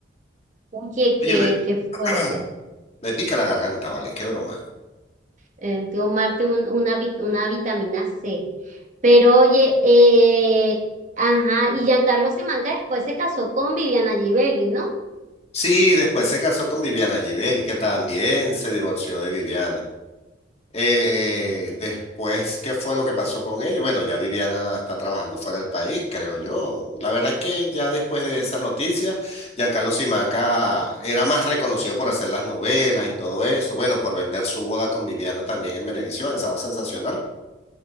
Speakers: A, on the right (about 40°); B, on the left (about 35°).
A: oye,
B: Oye,
A: qué,
B: me, <clears throat>
A: qué fuerte.
B: me pica la garganta, ¿vale? Qué broma.
A: eh, tomarte un- una, vi- una vitamina C. Pero oye, eh, ajá, y Giancarlo Simanca después se casó con Viviana Givelli, ¿no?
B: Sí, después se casó con Viviana Givelli, que también se divorció de Viviana. Eh,
A: Mm.
B: después, ¿qué fue lo que pasó con ellos? Bueno, ya Viviana está trabajando fuera del país, creo yo. La verdad es que ya después de esa noticia, Giancarlo Simanca era más reconocido por hacer las novelas y todo eso. Bueno, por vender su boda con Viviana también en Venevisión, en Sábado Sensacional.